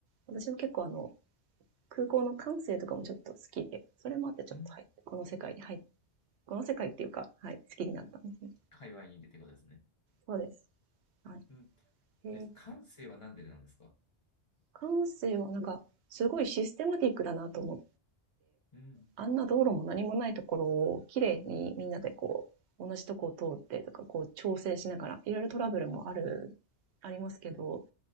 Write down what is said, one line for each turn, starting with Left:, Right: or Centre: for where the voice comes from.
Right: 私も結構あの、空港の管制とかもちょっと好きで、それもあってちょっと、
Left: うん。
Right: はい、この世界に入っこの世界っていうか、はい、好きになったんですね。
Left: うん。界隈にいてってことですね。
Right: そうです。はい。
Left: うん。
Right: えー、
Left: え、感性は何でなんですか
Right: 管制はなんか、すごいシステマティックだなと思っ、
Left: うん。
Right: あんな道路も何もないところを綺麗にみんなでこう、
Left: うん。
Right: 同じとこを通ってとか、こう調整しながら、いろいろトラブルもある、ありますけど、
Left: うん。